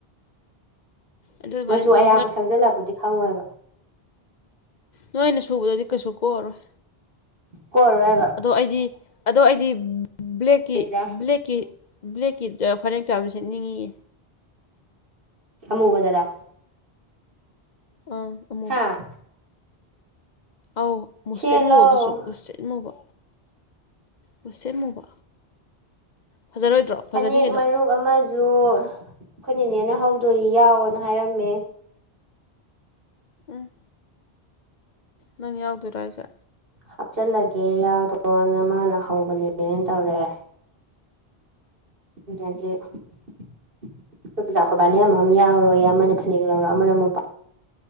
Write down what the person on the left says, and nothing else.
ꯑꯗꯨꯃꯥꯏꯅ
ꯇꯧ
ꯅꯣꯏꯅ ꯁꯨꯕꯗꯗꯤ ꯀꯩꯁꯨ ꯀꯣꯛ ꯑꯔꯣꯏ
ꯑꯗꯣ ꯑꯩꯗꯤ ꯑꯗꯣ ꯑꯩꯗꯤ ꯕ꯭ꯂꯦꯛꯀꯤ
ꯕ꯭ꯂꯦꯛꯀꯤ ꯕ꯭ꯂꯦꯛꯀꯤꯗ ꯐꯅꯦꯛꯇ‌ꯣ ꯌꯥꯝ ꯁꯦꯠꯅꯤꯡꯉꯤꯌꯦ
ꯑꯥ ꯑꯃꯨꯕ
ꯑꯧ ꯃꯨꯁꯤꯟꯃꯨꯕ
ꯑꯗꯨꯁꯨ ꯃꯨꯁꯤꯟꯃꯨꯕ ꯃꯨꯁꯤꯟ ꯃꯨꯕ ꯐꯖꯔꯣꯏꯗ꯭ꯔꯣ ꯐꯖꯅꯤ
ꯀꯩꯅꯣ
ꯎꯝ ꯅꯪ ꯌꯥꯎꯗꯣꯏꯔ ꯍꯥꯏꯁꯦ